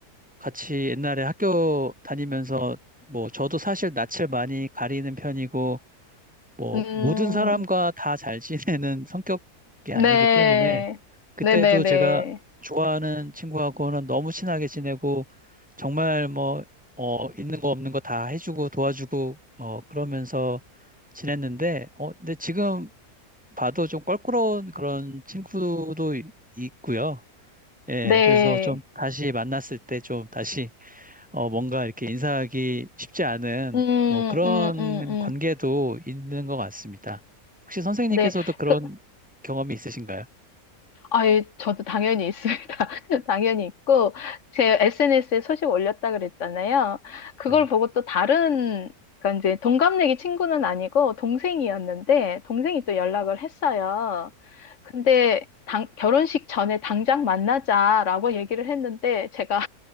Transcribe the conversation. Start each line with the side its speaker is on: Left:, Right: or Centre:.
Centre: 같이 옛날에 학교 다니면서 뭐 저도 사실 낯을 많이 가리는 편이고 뭐
Left: 음,
Centre: 모든 사람과 다 잘 지내는 성격이
Left: 네,
Centre: 아니기 때문에 그때도
Left: 네네네.
Centre: 제가 좋아하는 친구하고는 너무 친하게 지내고 정말 뭐 어, 있는 거 없는 거 다 해주고 도와주고 어, 그러면서 지냈는데 어, 근데 지금 봐도 좀 껄끄러운 그런 친구도 이- 있고요. 예,
Left: 네.
Centre: 그래서 좀 다시 만났을 때 좀 다시 어, 뭔가 이렇게 인사하기 쉽지 않은
Left: 음,
Centre: 뭐 그런
Left: 음, 음, 음.
Centre: 관계도 있는 것 같습니다. 혹시 선생님께서도
Left: 네.
Centre: 그런
Left: 그,
Centre: 경험이 있으신가요?
Left: 아, 예, 저도 당연히 있습니다. <laughs> 당연히 있고, 제 SNS에 소식 올렸다 그랬잖아요. 그걸
Centre: 네.
Left: 보고 또 다른, 그러니까 이제 동갑내기 친구는 아니고 동생이었는데, 동생이 또 연락을 했어요. 근데 당, 결혼식 전에 당장 만나자라고 얘기를 했는데, 제가